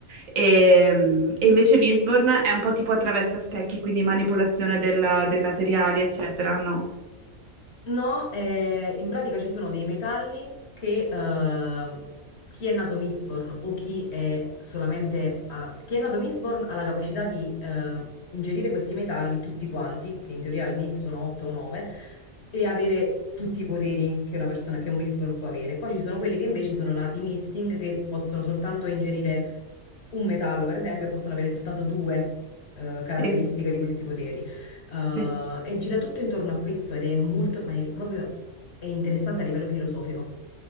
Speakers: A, on the right; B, on the left.
A: E, e invece Mistborn è un po' tipo attraverso specchi, quindi manipolazione della- dei materiali, eccetera, no?
B: No, eh, in pratica ci sono dei metalli che eh, chi è nato Mistborn o chi è solamente... a- chi è nato Mistborn ha la capacità di eh, ingerire questi metalli tutti quanti, che in teoria all'inizio sono 8 o 9, e avere tutti i poteri che una persona, che un Mistborn può avere. Poi ci sono quelli che invece sono nati Misting, che possono soltanto ingerire un metallo, per esempio, e possono avere soltanto due eh, caratteristiche
A: Sì,
B: di questi poteri. Eh,
A: sì.
B: e gira tutto intorno a questo ed è molto, ma è proprio è interessante a livello filosofico.